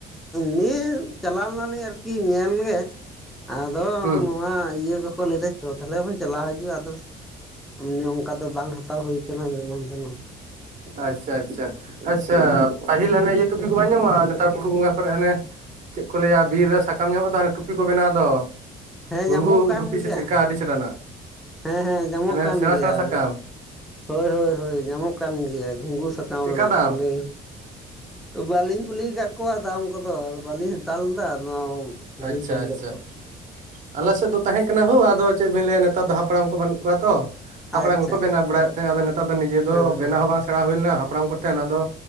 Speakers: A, in the centre; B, on the right.
A: ᱱᱤᱭᱟᱹ ᱪᱟᱞᱟᱣ ᱞᱮᱱᱟᱞᱤᱧ ᱟᱨᱠᱤ ᱧᱮᱞ ᱜᱮ ᱟᱫᱚ
B: ᱦᱩᱸ
A: ᱱᱚᱣᱟ ᱤᱭᱟᱹ ᱠᱚᱠᱚ ᱞᱟᱹᱭᱮᱫᱟ ᱪᱚ ᱛᱟᱦᱚᱞᱮ ᱵᱚᱱ ᱪᱟᱞᱟᱣ ᱦᱤᱡᱩᱜᱼᱟ ᱟᱫᱚ ᱚᱱᱮ ᱚᱱᱠᱟ ᱫᱚ ᱵᱟᱝ ᱦᱟᱛᱟᱣ ᱦᱩᱭᱩ ᱟᱠᱟᱱᱟ ᱮᱢᱟᱱ ᱛᱮᱱᱚᱜ
B: ᱟᱪᱪᱷᱟ ᱟᱪᱪᱷᱟ ᱟᱪᱪᱷᱟ ᱯᱟᱹᱦᱤᱞ ᱦᱟᱱᱮ ᱤᱭᱟᱹ ᱴᱚᱯᱤ ᱠᱚ ᱵᱟᱝ ᱧᱟᱢᱚᱜᱼᱟ ᱱᱮᱛᱟᱨ ᱵᱩᱨᱩ ᱵᱚᱸᱜᱟ ᱠᱚᱨᱮ ᱦᱟᱱᱮ ᱪᱮᱫ ᱠᱚ ᱞᱟᱹᱭᱟ ᱵᱤᱨ ᱨᱮ ᱥᱟᱠᱟᱢ ᱧᱚᱜ ᱫᱚ ᱦᱟᱱᱮ ᱴᱩᱯᱤ ᱠᱚ ᱵᱮᱱᱟᱣ ᱫᱚ।
A: ᱦᱮᱸ
B: ᱜᱷᱩᱸᱜᱩ
A: ᱧᱟᱢᱚᱜ ᱠᱟᱱ
B: ᱴᱩᱯᱤ ᱥᱮ
A: ᱜᱮᱭᱟ।
B: ᱪᱮᱫᱠᱟ ᱟᱹᱰᱤ ᱪᱮᱦᱨᱟᱱᱟᱜ
A: ᱦᱮᱸ ᱦᱮᱸ ᱧᱟᱢᱚᱜ
B: ᱦᱟᱱᱮ
A: ᱠᱟᱱ
B: ᱥᱮᱬᱟ
A: ᱜᱮᱭᱟ।
B: ᱥᱮᱬᱟ ᱥᱟᱠᱟᱢ
A: ᱦᱳᱭ ᱦᱳᱭ ᱦᱳᱭ ᱧᱟᱢᱚᱜ ᱠᱟᱱ ᱜᱮᱭᱟ᱾ ᱜᱷᱩᱝᱜᱩ ᱥᱟᱠᱟᱢ
B: ᱪᱮᱫᱠᱟ
A: ᱨᱮᱱᱟᱜ
B: ᱫᱟᱢ
A: ᱠᱚ ᱞᱟᱹᱭ। <unintelligible> ᱵᱟᱞᱤᱧ ᱠᱩᱞᱤ ᱟᱠᱟᱫ ᱠᱚᱣᱟ ᱫᱟᱢ ᱠᱚᱫᱚ ᱵᱟᱹᱞᱤᱧ ᱦᱟᱛᱟᱣ ᱞᱮᱫᱟ ᱱᱚᱣᱟ ᱼᱼ ᱵᱟᱹᱞᱤᱧ
B: ᱟᱪᱪᱷᱟ
A: ᱠᱩᱞᱤ
B: ᱟᱪᱪᱷᱟ
A: ᱞᱮᱫ ᱠᱚᱣᱟ।
B: ᱟᱞᱮ ᱥᱮᱫ ᱫᱚ ᱛᱟᱦᱮᱸᱜ ᱠᱟᱱᱟ ᱦᱳ ᱟᱫᱚ ᱪᱮᱫ ᱵᱤᱱ ᱞᱟᱹᱭᱟ ᱱᱮᱛᱟᱨ ᱫᱚ ᱦᱟᱯᱲᱟᱢ ᱠᱚ ᱵᱟᱹᱱᱩᱜ ᱠᱚᱣᱟ ᱛᱚ। ᱦᱟᱯᱲᱟᱢ
A: ᱟᱪᱪᱷᱟ
B: ᱠᱚᱠᱚ ᱵᱮᱱᱟᱣ
A: ᱟᱪᱪᱷᱟ
B: ᱵᱟᱲᱟᱭᱮᱫ ᱛᱟᱦᱮᱸᱜᱼᱟ᱾ ᱟᱫᱚ ᱱᱮᱛᱟᱨ ᱫᱚ ᱱᱤᱡᱮ ᱫᱚ
A: ᱦᱮᱸ
B: ᱵᱮᱱᱟᱣ
A: ᱦᱮᱸ
B: ᱦᱚᱸ ᱵᱟᱝ ᱼᱼ ᱥᱮᱬᱟ ᱦᱩᱭ ᱞᱮᱱᱟ ᱦᱟᱯᱲᱟᱢ ᱠᱚᱴᱷᱮᱱ ᱟᱫᱚ